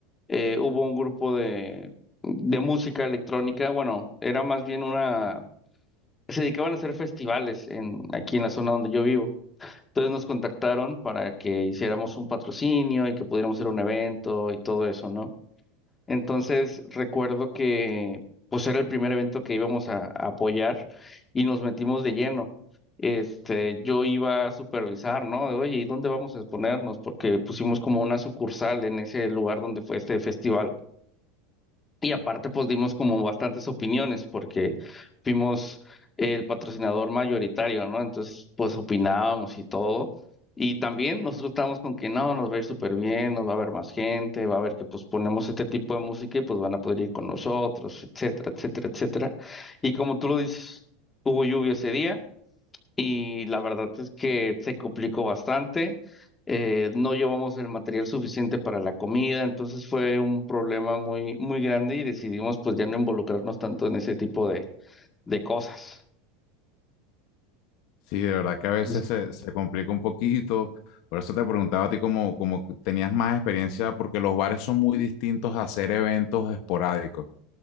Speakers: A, on the left; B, on the left.
A: eh, hubo un grupo de, de música electrónica, bueno, era más bien una, se dedicaban a hacer festivales en, aquí en la zona donde yo vivo. Entonces nos contactaron para que hiciéramos un patrocinio y que pudiéramos hacer un evento y todo eso, ¿no? Entonces recuerdo que pues era el primer evento que íbamos a, a apoyar y nos metimos de lleno. Este, yo iba a supervisar, ¿no? De, Oye, ¿y dónde vamos a exponernos? Porque pusimos como una sucursal en ese lugar donde fue este festival. Y aparte, pues dimos como bastantes opiniones porque fuimos el patrocinador mayoritario, ¿no? Entonces, pues opinábamos y todo. Y también nosotros estábamos con que no, nos va a ir súper bien, nos va a ver más gente, va a ver que pues ponemos este tipo de música y pues van a poder ir con nosotros, etcétera, etcétera, etcétera. Y como tú lo dices, hubo lluvia ese día y la verdad es que se complicó bastante. eh, no llevamos el material suficiente para la comida, entonces fue un problema muy, muy grande y decidimos pues ya no involucrarnos tanto en ese tipo de, de cosas.
B: Sí, de verdad que a veces
A: Sí,
B: se, se complica un poquito. Por eso te preguntaba a ti como, como tenías más experiencia, porque los bares son muy distintos a hacer eventos esporádicos.